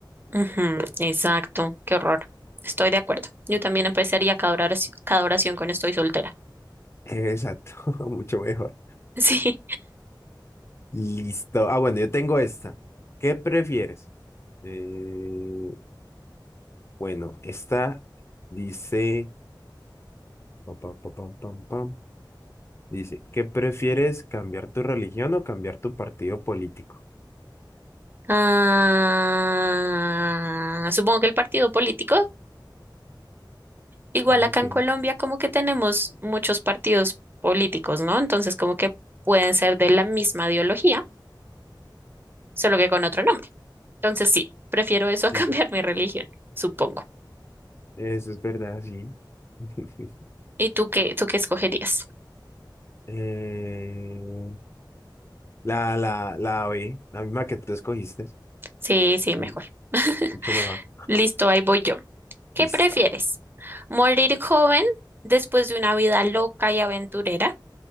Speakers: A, on the right; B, on the left.
A: Ujú, exacto, qué horror. Estoy de acuerdo. Yo también empezaría cada oración, cada oración con estoy soltera. <laughs>
B: Exacto, <laughs> mucho mejor.
A: Sí.
B: Listo. Ah, bueno, yo tengo esta. ¿Qué prefieres? Eh, bueno, esta dice, pam, pam, pam, pam, pam, pam. Dice, ¿qué prefieres, cambiar tu religión o cambiar tu partido político?
A: Ah, supongo que el partido político, igual
B: Ok,
A: acá en Colombia, como que tenemos muchos partidos políticos, ¿no? Entonces, como que pueden ser de la misma ideología, solo que con otro nombre. Entonces, sí, prefiero eso a
B: sí,
A: <laughs> cambiar mi religión, supongo.
B: eso es verdad, sí. <laughs>
A: ¿Y tú qué, tú qué escogerías?
B: Eh, la, la, la B, la misma que tú escogiste,
A: Sí, sí,
B: sí,
A: mejor. <laughs>
B: mucho mejor.
A: Listo, ahí voy yo. ¿Qué
B: Lista.
A: prefieres? ¿Morir joven después de una vida loca y aventurera